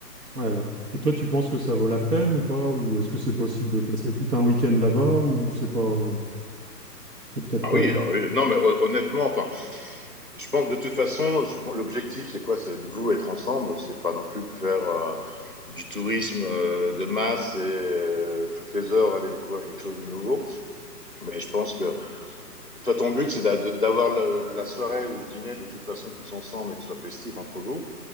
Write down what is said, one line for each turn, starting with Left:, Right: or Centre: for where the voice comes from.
Right: Ouais, ouais. Et toi, tu penses que ça vaut la peine ou pas? Ou est-ce que c'est possible de passer tout un week-end là-bas ou c'est pas... C'est peut-être
Left: Ah
Right: pas.
Left: oui, non, oui, non, mais hon- honnêtement, enfin, je pense, de toute façon, je- l'objectif, c'est quoi? C'est de vous être ensemble, c'est pas non plus de faire, euh, du tourisme euh, de masse et euh, toutes les heures aller découvrir quelque chose de nouveau. Mais je pense que Toi, ton but, c'est d'a- de- d'avoir le- la soirée ou le dîner de toute façon tous ensemble et que ce soit festif entre vous.